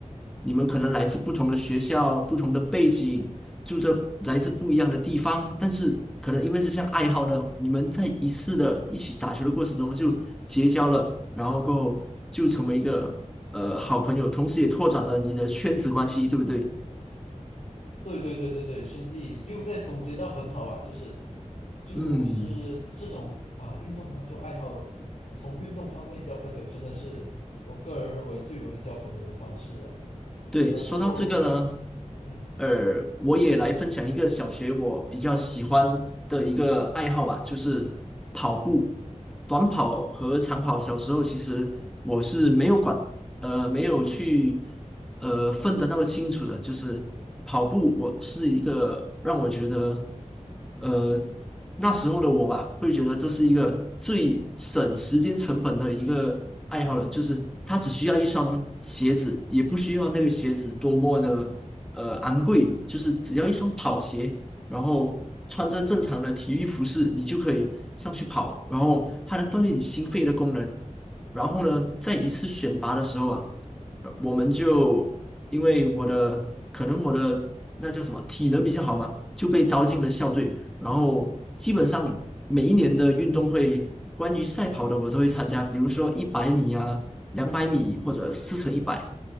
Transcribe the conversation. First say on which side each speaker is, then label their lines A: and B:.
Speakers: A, in the centre; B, on the left (about 75°).
A: 你们可能来自不同的学校、不同的背景，住着来自不一样的地方，但是可能因为这项爱好呢，你们在一次的一起打球的过程中就结交了，然后过后就成为一个呃好朋友，同时也拓展了你的圈子关系，对不对？
B: 对对对对对，兄弟又在总结到很好啊，就是就是这种把运动当做爱好，
A: 嗯，
B: 从运动方面交朋友，真的是我个人认为最容易交朋友的方式啊。
A: 对，
B: 然后，
A: 说到这个呢，
B: 嗯，
A: 呃，我也来分享一个小学我比较喜欢的一个爱好吧，就是跑步，短跑和长跑。小时候其实我是没有管呃没有去呃分得那么清楚的，就是跑步，我是一个让我觉得呃那时候的我吧，会觉得这是一个最省时间成本的一个爱好了，就是它只需要一双鞋子，也不需要那个鞋子多么的呃昂贵，就是只要一双跑鞋。然后穿着正常的体育服饰，你就可以上去跑，然后它能锻炼你心肺的功能，然后呢，在一次选拔的时候啊，呃我们就因为我的可能我的那叫什么体能比较好嘛，就被招进了校队。然后基本上每一年的运动会，关于赛跑的我都会参加，比如说一百米啊、两百米或者四乘一百。